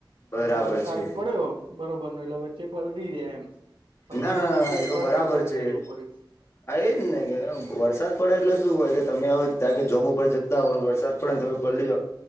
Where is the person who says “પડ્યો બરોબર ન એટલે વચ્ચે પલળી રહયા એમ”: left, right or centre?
Right